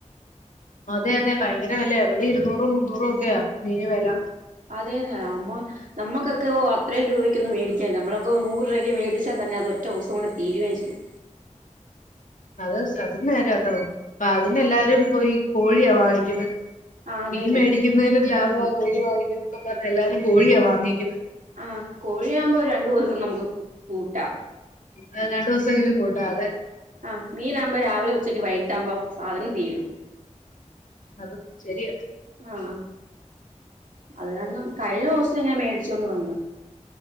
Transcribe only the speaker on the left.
അതെ അതെ ഭയങ്കര വെലയാ ഇവിടെ ഇരുന്നൂറും മുന്നൂറും ഒക്കെയാ മീന് വെല.
അത് സ് അത് നേരാട്ടോ അപ്പൊ അതിനെല്ലാരും പോയി കോഴിയാ വാങ്ങിക്കുന്നെ
മീൻ മേടിക്കുന്നതിലും ലാഭവാ കോഴി വാങ്ങിക്കുന്നേന്നും പറഞ്ഞ് എല്ലാരും കോഴിയാ വാങ്ങിക്കുന്നേ
അത് രണ്ടൂസെങ്കിലും കൂട്ടാ അതെ.
അതും ശെരിയാ.